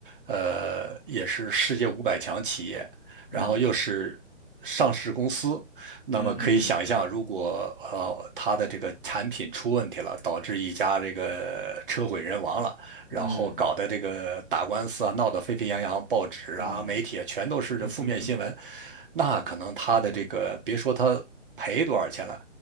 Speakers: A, on the right; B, on the left.
A: 呃也是世界五百强企业，然后又是上市公司，
B: 嗯
A: 那么可以想象，
B: 嗯嗯
A: 如果呃它的这个产品出问题了，导致一家这个车毁人亡了，然后搞得这个打官司啊，
B: 嗯
A: 闹得沸沸扬扬，报纸啊、
B: 嗯
A: 媒体啊全都是这负面新闻，
B: 嗯，<laughs>
A: 那可能他的这个，别说他赔多少钱了，